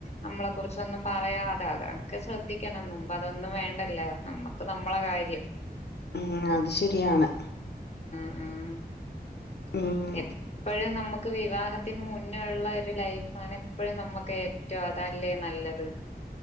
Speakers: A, on the left; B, on the left.
A: നമ്മളെ കുറിചൊന്നും പറയാതെ അതെെ ശ്രദ്ധിക്ക കണം മുമ്പ് അതൊന്നും വേണ്ടല്ലോ നമ്മുക്ക് നമ്മളെ കാര്യം
B: ഉം അത് ശരിയാണ്
A: മഹ്
B: ഉം
A: എപ്പഴും നമുക്ക് വിവാഹ ത്തിന് മുന്നുള്ള ഒരു ലൈഫാണ് എപ്പോഴും നമ്മുക്ക് ഏറ്റവും അതല്ലേ നല്ലത്